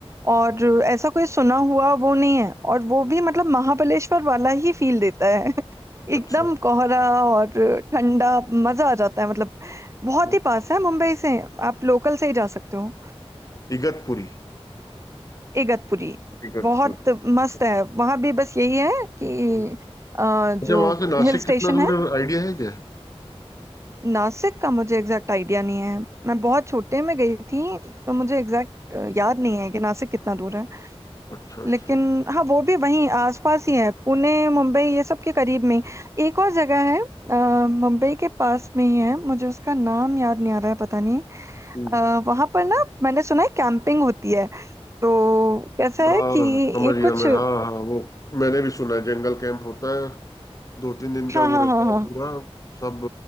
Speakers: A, on the right; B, on the left.
A: और ऐसा कोई सुना हुआ वो नहीं है और वो भी मतलब महाबलेश्वर वाला ही फील देता है <laughs> एकदम
B: अच्छा
A: कोहरा और ठंडा मजा आ जाता है मतलब बहुत
B: हम्म।
A: ही पास है मुंबई से आप लोकल से ही जा सकते हो
B: इगतपुरी
A: इगतपुरी
B: इगतपुरी
A: बहुत
B: अच्छा
A: मस्त है वहां भी बस यही है कि
B: हम्म।
A: अ,
B: अच्छा
A: जो
B: वहां से नासिक
A: हिल
B: कितना
A: स्टेशन
B: दूर
A: है
B: है आइडिया है क्या
A: नासिक का मुझे एग्जैक्ट आइडिया नहीं है मैं बहुत छोटे में गई थी तो मुझे एग्जैक्ट याद नहीं है कि नासिक कितना दूर है
B: अच्छा अच्छा
A: लेकिन हाँ वो भी वहीं आसपास ही है पुणे मुंबई ये सब के करीब में एक और जगह है अ, मुंबई के पास में ही है मुझे उसका नाम याद नहीं आ रहा है पता नहीं
B: हम्म।
A: आ, वहां पर ना मैंने सुना है कैंपिंग होती है तो कैसा
B: हाँ
A: है कि
B: समझ
A: एक
B: गया
A: कुछ
B: मैं हाँ हाँ वो मैंने भी सुना है जंगल कैंप होता है दो तीन दिन का
A: हाँ
B: वो
A: हाँ
B: रहता
A: हाँ
B: है
A: हाँ
B: पूरा सब